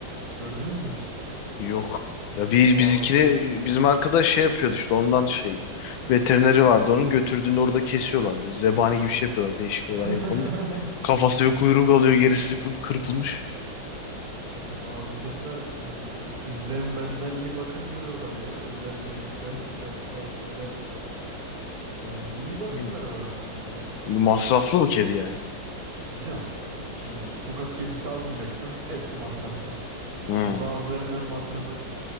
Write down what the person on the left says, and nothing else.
yok. Ya biz
bizikine bizim arkadaş şey yapıyordu işte ondan şey. Veterineri vardı onun götürdüğünde orada kesiyorlardı. Zebani gibi şey yapıyorlar değişik
olay ayrı konuda. Kafası ve kuyruğu kalıyor gerisi full kırpılmış.
<laughs>
Hı.
Masraflı mı kedi yani?
Hı.